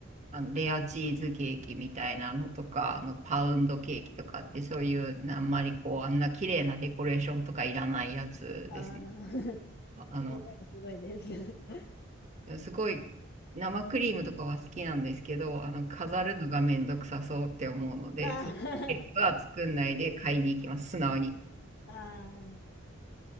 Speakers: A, on the right (about 35°); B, on the left (about 55°).
A: あのレアチーズケーキみたいなのとか、あの、パウンドケーキとかって、そういう、あんまりこう、あんな綺麗なデコレーションとかいらないやつですね。
B: ああ、<laughs>
A: あの、
B: え、でもすごいです。<laughs>
A: すごい、生クリームとかは好きなんですけど、あの、飾るのがめんどくさそうって思うので、
B: はい。ああ、
A: そういうケーキは作んないで買いに行きます。
B: <laughs>
A: 素直に。
B: あ